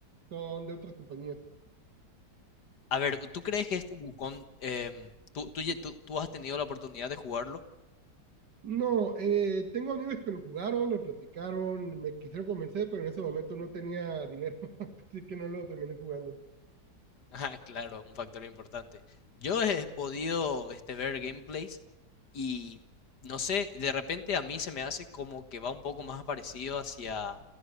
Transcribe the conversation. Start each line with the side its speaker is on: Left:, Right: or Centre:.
Right: son de otras compañías.
Left: A ver, ¿tú crees que este Wukong, em, tú, tú, ya- tú, tú has tenido la oportunidad de jugarlo?
Right: No, eh, tengo amigos que lo jugaron, me platicaron, me quisieron convencer, pero en ese momento no tenía dinero, <laughs> así que no lo terminé jugando.
Left: Ajá, claro, un factor importante. Yo he podido este, ver gameplays y no sé, de repente a mí se me hace como que va un poco más parecido hacia